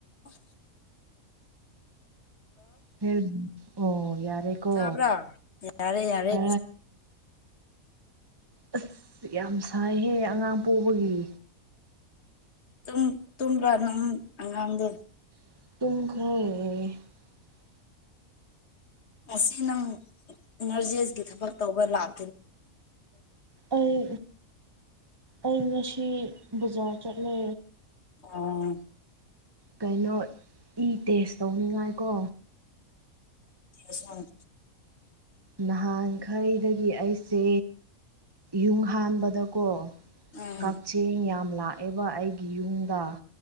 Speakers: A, on the left; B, on the right.
A: ꯑꯣ
B: ꯍ ꯑꯣ ꯌꯥꯔꯦ ꯀꯣ
A: ꯇꯥꯕ꯭ꯔꯥ ꯌꯥꯔꯦ ꯌꯥꯔꯦ
B: ꯇ ꯑꯁ ꯌꯥꯝ ꯁꯥꯏꯍꯦ ꯑꯉꯥꯡ ꯄꯕꯒꯤ
A: ꯇꯨꯡ ꯇꯨꯡ꯭ꯔꯥꯔꯅ ꯑꯉꯥꯡꯥꯡ
B: ꯇꯨꯡꯈꯣꯏ
A: ꯉꯁꯤ ꯅꯪ ꯏꯅꯔꯖꯤꯦꯁꯒꯤ ꯊꯕꯛ ꯇꯧꯕ ꯂꯥꯛ
B: ꯑꯩ ꯑꯩ ꯁꯤꯤ ꯕꯖꯥꯔ ꯆꯠꯂꯦ
A: ꯑꯣ
B: ꯀꯩꯅꯣ ꯏ ꯇꯦꯁ ꯇꯧꯅꯤꯡꯉꯥꯏ ꯀꯣ
A: ꯂ
B: ꯅꯍꯥꯟꯈꯩꯗꯒꯤ ꯑꯩꯁꯦ ꯌꯨꯝ ꯍꯥꯟꯕꯗꯀꯣ
A: ꯎꯝ
B: ꯀꯛꯆꯦꯡ ꯌꯥꯝ ꯂꯥꯛꯑꯦꯕ ꯑꯩꯒꯤ ꯌꯨꯝꯗ